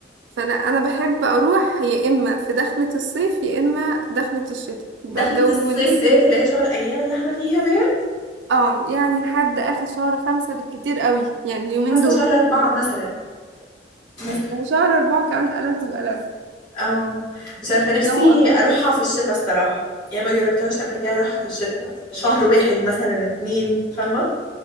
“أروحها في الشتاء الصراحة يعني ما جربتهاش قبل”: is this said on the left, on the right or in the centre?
Left